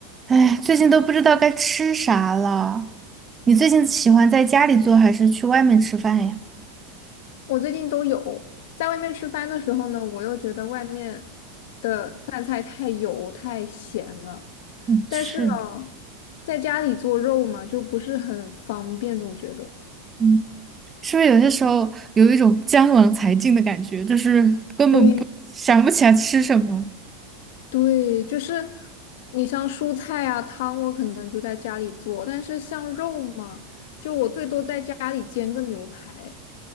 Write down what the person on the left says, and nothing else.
我最近都有，在外面吃饭的时候呢，我又觉得外面的饭菜太油太咸了，
但是呢，
在家里做肉嘛，就不是很方便，总觉得。
对，对，就是你像蔬菜啊、汤，我可能就在家里做，但是像肉嘛，就我最多在家里煎个牛排，